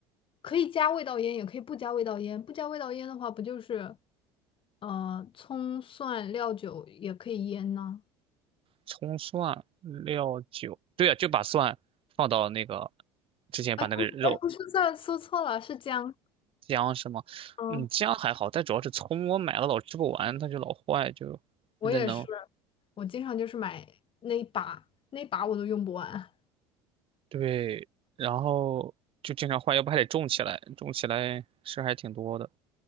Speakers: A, on the left; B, on the right.
A: 可以加味道腌，也可以不加味道腌。不加味道腌的话，不就是呃葱蒜料酒也可以腌呢？
B: 葱蒜料酒，对呀、就把蒜放到那个之前把那个肉
A: 哎，不是，哎，不是蒜，说错了，是姜。
B: 姜是吗？
A: 嗯，
B: 嗯，姜还好，但主要是葱，我买了老吃不完，它就老坏，就现在能
A: 我也是，我经常就是买那一把，那一把我都用不完。
B: 对，然后就经常换，要不还得种起来，种起来事儿还挺多的。